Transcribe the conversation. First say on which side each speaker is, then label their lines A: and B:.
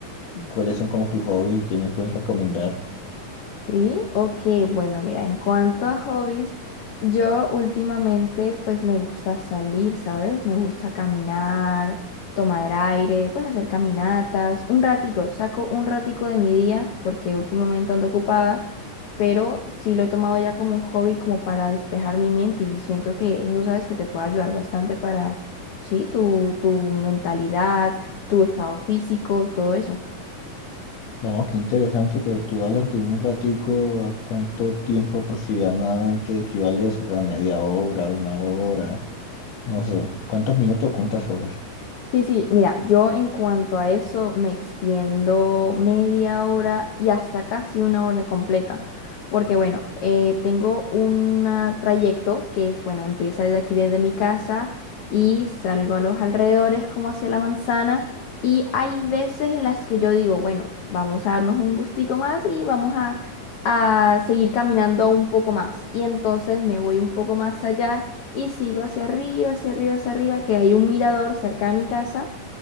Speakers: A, on the left (about 60°); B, on the left (about 90°).
A: cuáles son como tus hobbies y qué me puedes recomendar.
B: Sí, ok, bueno, mira, en cuanto a hobbies, yo últimamente pues me gusta salir, ¿sabes? Me gusta caminar, tomar aire, pues hacer caminatas, un ratico, saco un ratico de mi día porque últimamente ando ocupada, pero sí lo he tomado ya como un hobby como para despejar mi mente y siento que eso, ¿sabes? Que te puede ayudar bastante para, sí, tu, tu mentalidad, tu estado físico y todo eso.
A: No, qué interesante, pero tú hablas de un ratico, ¿a cuánto tiempo aproximadamente equivale eso? O sea, media hora, una hora, no sé. ¿Cuántos minutos, cuántas horas?
B: Sí, sí, mira, yo en cuanto a eso me extiendo media hora y hasta casi una hora completa, porque bueno, eh, tengo un ah, trayecto que es, bueno, empieza desde aquí, desde mi casa y salgo a los alrededores como hacia la manzana y hay veces en las que yo digo, bueno, vamos a darnos un gustico más y vamos a, a seguir caminando un poco más y entonces me voy un poco más allá. Y sigo hacia arriba, hacia arriba, hacia arriba, que hay un mirador cerca de mi casa